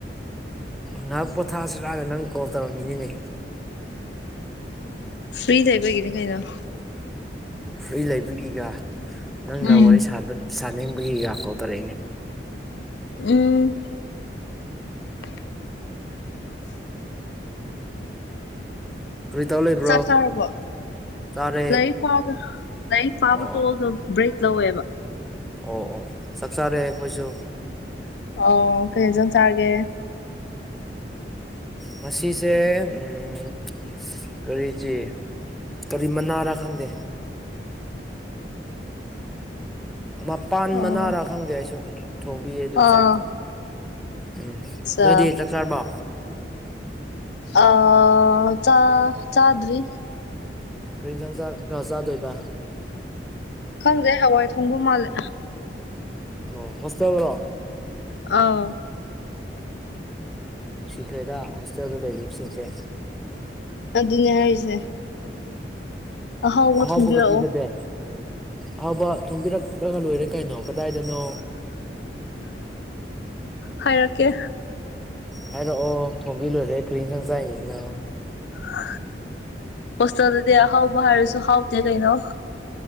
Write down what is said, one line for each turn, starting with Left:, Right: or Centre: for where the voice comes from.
Centre: ꯉꯥꯏꯍꯥꯛ ꯄꯣꯊꯥꯁꯤꯔꯥꯅ ꯅꯪ ꯀꯣꯜ ꯇꯧꯔꯝꯃꯤꯅꯤꯅꯦ
Left: ꯐꯔꯤ ꯂꯩꯕꯒꯤꯅꯦ ꯀꯩꯅꯣ
Centre: ꯐꯔꯤ ꯂꯩꯕꯒꯤꯒ ꯅꯪꯒ
Left: ꯎꯝ
Centre: ꯋꯥꯔꯤ ꯁꯥꯕ ꯁꯥꯅꯤꯡꯕꯒꯤꯒ ꯀꯣꯜ ꯇꯧꯔꯛꯏꯅꯦ
Left: ꯎꯝ <unintelligible> <unintelligible>
Centre: ꯀꯔꯤ ꯇꯧ ꯂꯩꯕ꯭ꯔꯣ
Left: ꯆꯥꯛ ꯆꯥꯔꯕꯣ
Centre: ꯆꯥꯔꯦ
Left: ꯂꯩ ꯋꯥꯏꯗ ꯂꯥꯏꯔꯤꯛ ꯄꯥꯕ
Centre: ꯑꯣ ꯑꯣ
Left: ꯇꯣꯛꯑꯒ ꯕ꯭ꯔꯦꯛ ꯂꯧꯋꯦꯕ
Centre: ꯑꯣ ꯑꯣ ꯆꯥꯛ ꯆꯥꯔꯦ ꯑꯩꯈꯣꯏꯁꯨ
Left: ꯑꯧ ꯀꯩ ꯑꯦꯟꯁꯥꯡ ꯆꯥꯔꯒꯦ
Centre: ꯉꯁꯤꯁꯦ ꯎꯝ ꯀꯔꯤꯁꯤꯦ <unintelligible> ꯀꯔꯤ ꯃꯅꯥꯔꯥ ꯈꯪꯗꯦ ꯑꯃ ꯄꯥꯟ
Left: ꯑꯣ
Centre: ꯃꯅꯥꯔꯥ ꯈꯪꯗꯦ ꯑꯩꯁꯨ ꯊꯣꯡꯕꯤꯌꯦ ꯑꯗꯨ
Left: ꯑꯥ
Centre: ꯆꯥꯏ ꯎꯝ
Left: ꯆꯥ
Centre: ꯅꯣꯏꯗꯤ ꯆꯥꯛ ꯆꯥꯔꯕꯣ
Left: ꯑ ꯆꯥ ꯆꯥꯗ꯭ꯔꯤ
Centre: ꯀꯔꯤ ꯌꯦꯟꯁꯥꯡ ꯆꯥ ꯆꯥꯗꯣꯏꯕ
Left: ꯈꯪꯗꯦ ꯍꯋꯥꯏ ꯊꯣꯡꯕ ꯃꯥꯜꯂꯦ
Centre: ꯎꯝ ꯍꯣꯁꯇꯦꯜ ꯔꯣ
Left: ꯑꯥꯎ
Centre: ꯅꯨꯡꯁꯤꯈ꯭ꯔꯦꯗ ꯍꯣꯁꯇꯦꯜꯗ ꯂꯩꯕꯤꯕꯁꯤꯡꯁꯦ
Left: ꯑꯗꯨꯅꯦ ꯍꯥꯏꯔꯤꯁꯦ
Centre: ꯎꯝ
Left: ꯑꯍꯥꯎꯕ
Centre: ꯑꯍꯥꯎꯕꯒꯥ
Left: ꯊꯣꯡꯕꯤꯔꯛꯑꯣ
Centre: ꯄꯤꯖꯗꯦ ꯑꯍꯥꯎꯕ ꯊꯣꯡꯕꯤꯔꯛꯂꯒ ꯂꯣꯏꯔꯦ ꯀꯩꯅꯣ ꯀꯗꯥꯏꯗꯅꯣ
Left: ꯍꯥ ꯍꯥꯏꯔꯛꯀꯦ
Centre: ꯍꯥꯏꯔꯛꯑꯣ ꯊꯣꯡꯕꯤꯗꯣꯏꯅꯦ ꯀ꯭ꯔꯤ ꯑꯦꯟꯁꯥꯡ ꯆꯥꯏꯅꯤꯅꯣ
Left: ꯍꯥ ꯍꯣꯁꯇꯦꯜꯗꯗꯤ ꯑꯍꯥꯎꯕ ꯍꯥꯏꯔꯁꯨ ꯍꯥꯎꯇꯦ ꯀꯩꯅꯣ